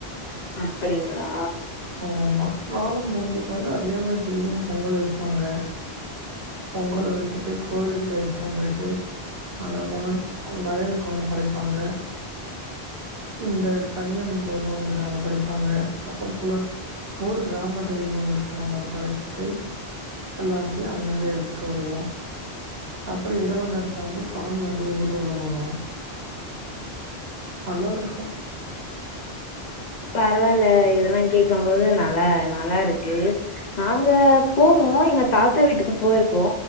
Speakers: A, on the left; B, on the right.
A: அப்டிங்களா
B: ஆமா காணும் பொங்கலுக்கு வந்து அதே மாதிரி திருபியு பொங்கல் வப்பாங்க பொங்கல வச்சுட்டு கோயிலுக்கு எடுத்துனு போயிட்டு அங்க போன அவுங் வயலுக்கு ஒண்ணு படைப்பாங்க இந்த கன்னியம்மன் கோயிலுனு ஒண்ணு இருக்கு அங்க படைப்பாங்க அப் ப குள்ள ஊர் கிராம தேவினு ஒண்ணு இருக்கு அங்க படச்சுட்டு எல்லாத்தையு அங்கந்து எடுத்துட்டு வருவோ அப்பறோ இரவு நேரத்துல வந்து சாமி வந்து ஊருவலோ வரு நல்லா இருக்கும்
A: பரவால்ல இதெல்லா கேக்கம்போது நல்லா நல்லா இருக்கு நாங்க போவோ எங்க தாத்தா வீட்டுக்கு போயிருக்கோ